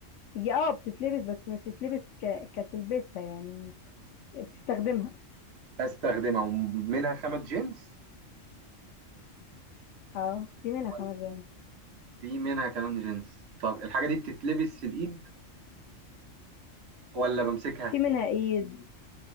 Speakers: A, on the left; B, on the right.
A: هي اه بتتلبس بس مش تتلبس ك... كتلبسها يعني بتستخدمها
B: بستخدمها ومنها خامة جنس
A: اه في منها
B: ولا
A: خامات جنس
B: في منها كمان جنس طب الحاجة دي بتتلبس في الإيد ولا بمسكها
A: في منها ايد